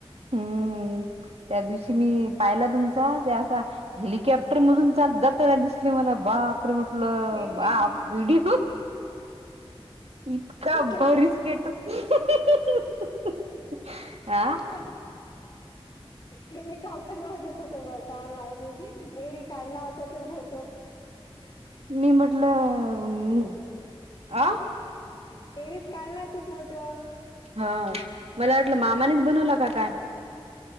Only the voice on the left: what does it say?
हा
कुटुंब
ह हेलिकॉप्टर मध्ये कुठे बसाव माहि एरी काढला होता तो फो
फेरीच काडलाय तो फोटो.